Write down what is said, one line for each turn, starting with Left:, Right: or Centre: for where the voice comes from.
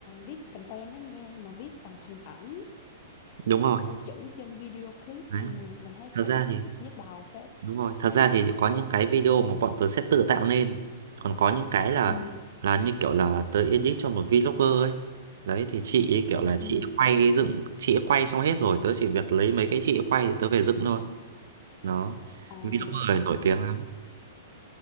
Left: viết content đó nha nhưng mà viết bằng hình ảnh
Right: đúng
Left: viết
Right: rồi
Left: bằng câu chữ trên video clip
Right: đấy
Left: ừ, mình thấy
Right: thật
Left: cũng
Right: ra thì
Left: nhức đầu phết
Right: Đúng rồi, thật ra thì có những cái video mà bọn tớ sẽ tự tạo nên Còn có những cái là
Left: ừ
Right: là như kiểu là tớ edit cho một vlogger ấy Đấy thì chị ấy kiểu
Left: ừ
Right: là
Left: ừ
Right: chị ấy quay dựng Chị ấy quay xong hết rồi Tớ chỉ việc lấy mấy cái chị ấy quay để tớ về dựng thôi Đó
Left: ờ,
Right: Vlogger
Left: lấy,
Right: này nổi
Left: lấy
Right: tiếng lắm